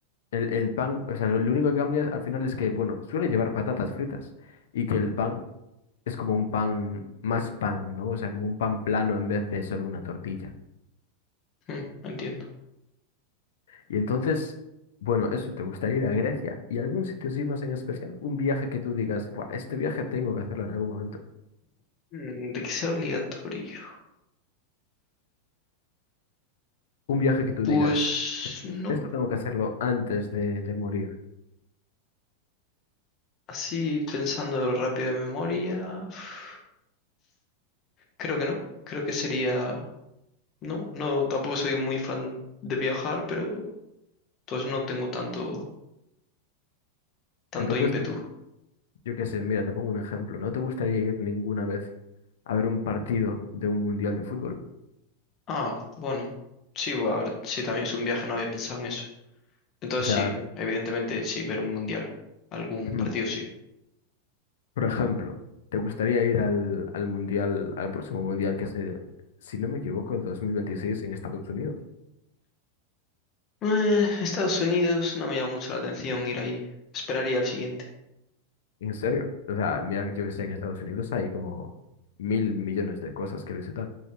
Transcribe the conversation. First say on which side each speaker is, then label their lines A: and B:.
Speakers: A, on the left; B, on the left.
A: el, el pan, o sea, lo, lo único que cambia al final es que, bueno, suele llevar patatas fritas y que el pan es como un pan, más pan, ¿no? O sea, como un pan plano en vez de solo una tortilla.
B: Mm, entiendo.
A: Y entonces, bueno, eso, ¿te gustaría ir a Grecia y algún sitio así más en especial? Un viaje que tú digas, "Buah, este viaje tengo que hacerlo en algún momento.
B: Mm, De que sea obligatorio.
A: Un viaje que tú
B: Pues
A: digas.
B: no.
A: esto tengo que hacerlo antes de, de morir.
B: Así pensando rápido de memoria. uf, Creo que no. Creo que sería. No, no, tampoco soy muy fan de viajar, pero entonces no tengo tanto, tanto
A: Entonces,
B: ímpetu.
A: yo qué sé, mira, te pongo un ejemplo. ¿No te gustaría ir ninguna vez a ver un partido de un mundial de fútbol?
B: Ah, bueno. Sí, bu- a ver, sí, también es un viaje, no había pensado en eso. Entonces
A: O sea,
B: sí,
A: re-
B: evidentemente sí, ver un mundial. Algún
A: <clears throat>
B: partido sí.
A: por ejemplo, ¿te gustaría ir al, al mundial, al próximo mundial que se, si no me equivoco, el 2026 en Estados Unidos?
B: Eh, Estados Unidos no me llama mucho la atención ir ahí. Esperaría al siguiente.
A: ¿En serio? O sea, mira que yo que sé, en Estados Unidos hay como mil millones de cosas que visitar.